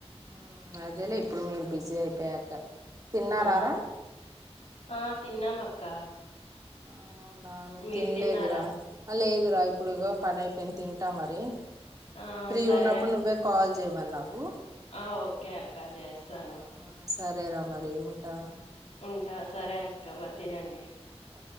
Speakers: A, on the right (about 35°); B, on the left (about 80°).
A: ఉమ్ అదేలే ఇప్పుడు మీరు బిజీ అయిపోయాక తిన్నారారా
B: ఆ ఆ తిన్నాము అక్క
A: ఆ అవునా నేన్
B: మీరు
A: తిన్లేదురా
B: తిన్నారా
A: ఆ లేదు రా ఇ ఇప్పుడు గో పని ఐపోయింది తింటా మరి
B: ఆ
A: ఫ్రీ
B: సరే
A: ఉన్నప్పుడు
B: అక్క
A: నువ్వే కాల్ చెయ్ వాళ్ల హు
B: ఆ ఓకే అక్క చేస్తాను
A: ఆ సరేరా మరి ఉంటా
B: ఉంటా సరే అక్క మరి తినండి
A: ఆ